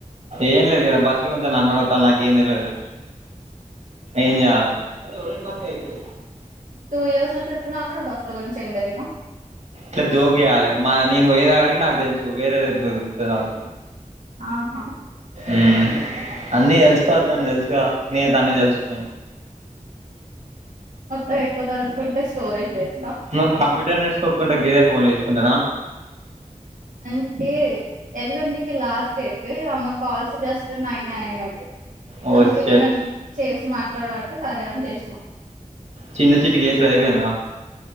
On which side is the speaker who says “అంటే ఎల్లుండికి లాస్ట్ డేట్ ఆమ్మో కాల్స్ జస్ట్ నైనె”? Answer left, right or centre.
Right